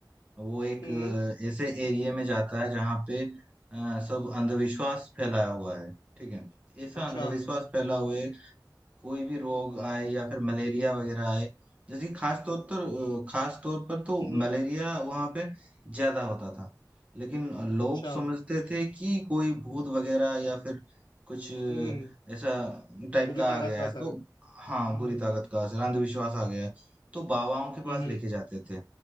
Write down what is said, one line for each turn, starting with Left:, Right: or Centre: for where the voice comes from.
Right: वो एक
Left: हम्म
Right: अ, ऐसे एरिया में जाता है जहाँ पे अ, सब अंधविश्वास फैलाया हुआ है ठीक है ऐसा
Left: अच्छा
Right: अंधविश्वास फैला हुए कोई भी रोग आए या फिर मलेरिया वगैरह आए जैसे कि खास तौर पर खास तौर पर तो
Left: हम्म
Right: मलेरिया वहां पे ज्यादा होता था लेकिन लोग
Left: अच्छा
Right: समझते थे कि कोई भूत वगैरह या फिर कुछ अ,
Left: हम्म
Right: ऐसा टाइप
Left: बुरी
Right: का
Left: ताकत
Right: आ गया
Left: का
Right: है
Left: असर
Right: तो
Left: है
Right: हाँ
Left: हम्म
Right: बुरी ताकत का असर अंधविश्वास आ गया है तो बाबाओं के पास
Left: हम्म
Right: लेके जाते थे